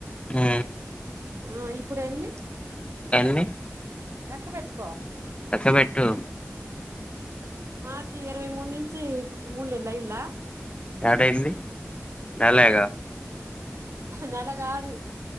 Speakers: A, on the left; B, on the right.
A: మ్
B: ఆ ఇప్పుడు ఎన్ని
A: ఎన్ని
B: లెక్క పెట్టుకో
A: లెక్కపెట్టు
B: మార్చి ఇరవై మూడు నుంచి ఇప్పుడు మూడు నేెళ్లు అయిల
A: ఏడయింది నెలేగా
B: నెల కాదు